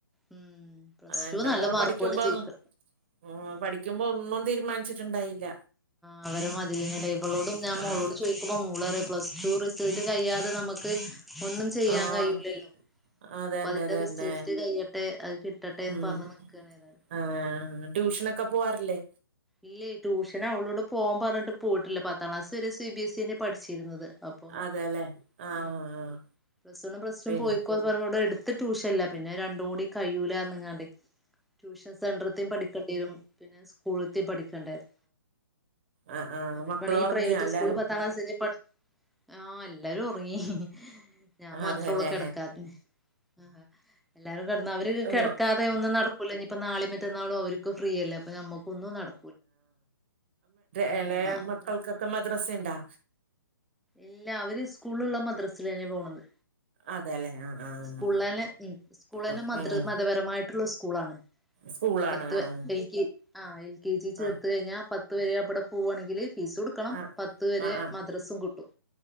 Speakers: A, in the centre; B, on the right (about 30°).
A: ഉം പ്ലസ്
B: എന്റെ
A: ടുന്ന് നല്ല
B: മോള്
A: മാർക്കോടെ
B: പഠിക്കുമ്പോ
A: ജയിക്ക
B: ഉം പഠിക്കുമ്പോ ഒന്നും തീരുമാനിച്ചിട്ട്ണ്ടായില്ല.
A: ആ വരെമാതിരിന്നല്ലേ ഇവളോടും ഞാൻ
B: ആഹ്
A: മോളോട് ചോയിക്കുമ്പോ മോ ള്റയാ പ്ലസ് ടു റിസൾട്ട് കഴിയാതെ നമ്മക്ക് ഒന്നും ചെയ്യാൻ
B: ആഹ്
A: കഴിയൂല്ലല്ലോ?
B: അതന്നെ
A: അപ്പൊ അതിന്റെ
B: അതന്നെ
A: റിസൾട്ട് കയ്യെട്ടെ അത് കിട്ടട്ടേന്ന്
B: ഉം
A: പറഞ്ഞ് നിക്കാണ് ഏതായാലും
B: ആഹ് ട്യൂഷനൊക്കെ പോവാറില്ലേ?
A: ഇല്ലേ ട്യൂഷനവളോട് പോവ്വാം പറഞ്ഞട്ട് പോയിട്ടില്ല പത്താം ക്ലാസ് വരെ സി ബി എസ് ഇന്നേ പഠിച്ചിരുന്നത്. അപ്പം
B: അതെല്ലേ ആഹ്
A: ഉം
B: ആഹ് ആഹ്
A: പ്ലസ് വണും പ്ലസ് ടും
B: പിന്നെ
A: പോയിക്കോന് പറഞ്ഞപൊവിടെടുത്ത് ട്യൂഷൻല്ല പിന്നെ രണ്ടും കൂടി കയ്യൂലാറണ്ങ്ങാണ്ടയ് ട്യൂഷൻ സെന്ററത്തെയും പഠിക്കേണ്ടിരും. പിന്നെ സ്കൂളത്തെയും പഠിക്കണ്ടും
B: ആഹ് ആഹ്
A: അവര്
B: മക്കള്
A: പേണെങ്കി
B: ഒറങ്ങിയാ
A: പ്രൈവറ്റ്
B: എല്ലാരും
A: സ്കൂള് പത്താം ക്ലാസ് ആഹ എല്ലാരും ഉറങ്ങി. ഞാൻ മാത്രേ
B: അതെല്ലേ
A: ഉള്ളൂ കിടക്കാത്തെ ആ എല്ലാരുംിടന്ന അവ
B: അമ്മ
A: കിടാതെ ഒന്നും നടക്കൂല്ല. ഇനിയിപ്പ നാള മറ്റന്നാളും അവർും ഫ്രീയല്ലേ അപ്പ നമ്മുക്കൊന്നും നടക്കും
B: ആലെ
A: ആഹ് അവര്
B: മക്കൾക്കൊക്കെ മദ്രസ ഉണ്ടാ?
A: ഇല്ല അവര് സ്കൂളുള്ള മദ്രസൽ തന്നെ പോണത്.
B: അതെല്ലേ ആഹ് ആഹ്
A: സ്കൂള തന്നെ ഉ സ്കൂള തന്നെ
B: ആഹ്
A: മത
B: ഉം
A: മതപരമായിട്ടുള്ള സ്കൂളാണ്.
B: സ്കൂളാണ്
A: പത്ത്
B: ആഹ്
A: എൽ കെ ആ എൽ കെ ജി ചേർത്ത്
B: ആഹ്
A: കഴിഞ്ഞാ പത് പത്ത് വരെ അവിടെ പോകവാണെങ്കിൽ ഫീസ് കൊടുക്കണം
B: ആഹ്
A: പത്ത് വരെ
B: ആഹ് ആഹ്
A: മദ്രസും കിട്ടും